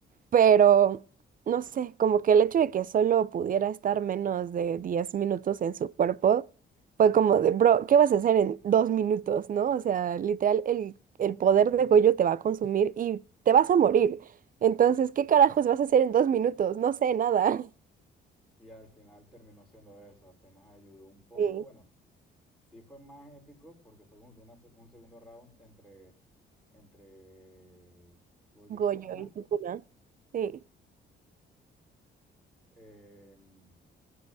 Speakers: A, on the right; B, in the centre.
A: Pero, no sé, como que el hecho de que solo pudiera estar menos de 10 minutos en su cuerpo fue como de, bro, ¿qué vas a hacer en dos minutos, no? O sea, literal, el, el poder de Goyo te va a consumir y te vas a morir. Entonces, ¿qué carajos vas a hacer en dos minutos? No sé nada. <laughs>
B: Y al final terminó siendo eso, apenas ayudó un poco.
A: Sí,
B: Bueno, sí fue más épico porque fue como que una se- un segundo round entre, entre Gojo y
A: Goyo
B: Sukuna.
A: y Sukuna. Sí.
B: em,